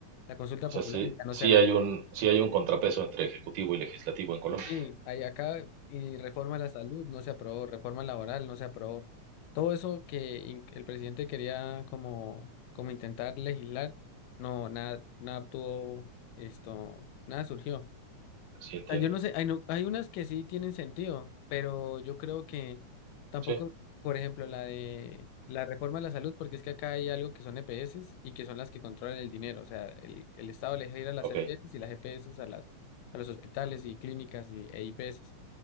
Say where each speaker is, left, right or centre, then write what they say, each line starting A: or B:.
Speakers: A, on the left (about 85°); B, on the right (about 80°).
A: la consulta
B: O sea,
A: popular
B: sí,
A: y ya no
B: sí
A: se hará.
B: hay un, sí hay un contrapeso entre ejecutivo y legislativo en Colombia.
A: Sí, hay acá y reforma a la salud no se aprobó, reforma laboral no se aprobó. Todo eso que in- el presidente quería como, como intentar legislar, no, nada, nada tuvo esto, nada surgió
B: Sí, entiendo.
A: sea, yo no sé, hay, no- hay unas que sí tienen sentido, pero yo creo que tampoco,
B: Sí,
A: por ejemplo, la de la reforma de la salud, porque es que acá hay algo que son EPS y que son las que controlan el dinero. O sea, el, el Estado le deja ir a las
B: ok.
A: EPS y las EPS a las, a los hospitales y clínicas y, e IPS.